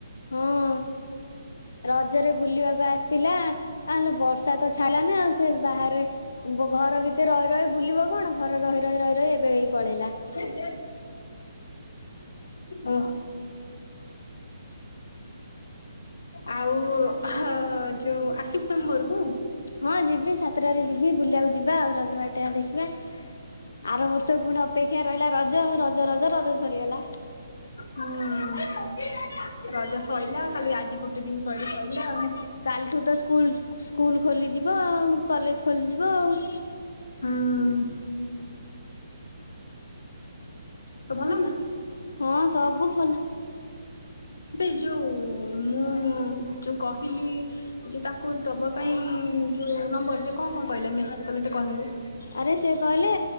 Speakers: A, on the left; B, on the left.
A: ହଁ।
B: <inaudible>
A: ରଜରେ ବୁଲିବାକୁ ଆସିଥିଲା ଆ ହେଲେ ବର୍ଷା ତ ଛାଡ଼ିଲ ନା ଆଉ ସେ ବାହାରେ ଘର ଭିତରେ ରହି ରହି ବୁଲିବ କଣ ଘରେ ରହି ରହି ରହି ରହି ଏବେ ହେଇ ପଳେଇଲା।
B: ହେ ହେ। ଉଁ। ଆଉ ହ ଯୋଉ ଆସିବୁ ତମ ଘରକୁ?
A: ହଁ ଯିବି ସତଟାରେ ଯିବି ବୁଲିବାକୁ ଯିବା ଆଉ ରଜ ବାଟଟ ଦେଖିବା। ଆର ବର୍ଷ ପୁଣି ଅପେକ୍ଷା ରହିଲା ରଜ ରଜ ରଜ ରଜ ସରିଗଲା।
B: ହୁଁ ରଜ ସୋଇଲା ଖାଲି ଆଜି ଗୋଟେ ଦିନ ସଇଲେ ସରଲା ଆଉ
A: କାଲିଠୁ ତ ସ୍କୁଲ ସ୍କୁଲ ଖୋଲିଯିବ ଆଉ କଲେଜ ଖୋଲିଯିବ ଆଉ।।
B: ହୁଁ। ତ ଭଲ ନା।
A: ହଁ ସବୁ ଭଲ।
B: ବି ଯୋଉଁ ମୁଁ ଯୋଉ କହିଲି ଯେ ତାକୁ ଦବା ପାଇଁ ଯୋଉ ନମ୍ବର ସେ କଣ କଣ କହିଲା ମେସେଜ କଲେ ଟିକେ କହିବୁ।
A: ଆରେ ସେ କହିଲେ